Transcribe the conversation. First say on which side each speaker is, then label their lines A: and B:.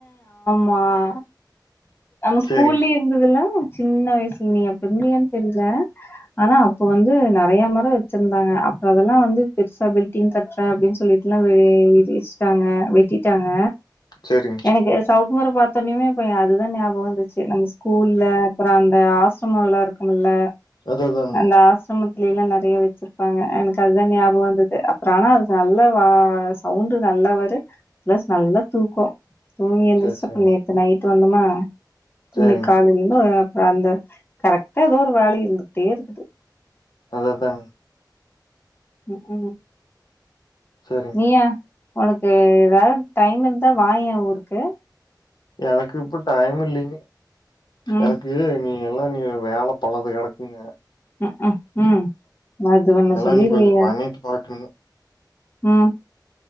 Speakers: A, on the left (about 30°); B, on the left (about 70°).
A: மா ஸ்கூல்லையே
B: சரிங்க,
A: இருந் இதுல்லாம் சின்ன வயசுல நீ பெருந்தையன்னு தெரில ஆனா அப்போ வந்து நெறைய மரம் வச்சுருந்தாங்க அப்பறோ அதெல்லாம் வந்து பெருசா பில்டிங் கட்டுற அப்டின்னு சொல்லிட்டு எல்லா இடிச்சட்டாங்க வெட்டிட்டாங்க
B: சரிங்க.
A: எனக்கு சௌ ஊர பாத்தோனுமே <unintelligible> அதுதான வந்துச்சு நம்ம ஸ்கூல்ல அப்பறோ அந்த <unintelligible> இருக்கும்ல்ல
B: அது அதானுங்க.
A: அந்த ஆசமத்து ல்லாம் நெறைய வச்சுருப்பாங்க எனக்கு அதுதான் ஞாபம் வந்துது அப்பறோ ஆனா அது நல்ல வா சவுண் நல்லா வரும் பிளஸ் நல்ல தூக்கோ துங்கி எந்திரிச்சு
B: சரி,
A: அப்ப
B: சரிங்க,
A: நேத்து நைட் <unintelligible>
B: சரிங்க.
A: இன்னிக்கி காலைல அந்த கரெக்டா ஏதோ ஒரு வேல இருந்துகிட்டே இருக்குது
B: அதனுங்க
A: உஹம் உம்
B: சரிங்க.
A: நீய உனக்கு ஏதாவது டைம் இருந்தா வா என் ஊருக்கு
B: எனக்கு இப்ப டைம் இல்லிங்
A: ம்
B: எனக்கு நீ நீ எல்லாம் நீங்க வேல பலது கிடக்குங்க
A: உஹ்ஹம் உம் அது ஒண்ணு
B: இதெல்லாம்
A: சொல்லீருவியே.
B: நீ கொஞ்சம் பண்ணிட்டு பாக்கணுங்க.
A: உம்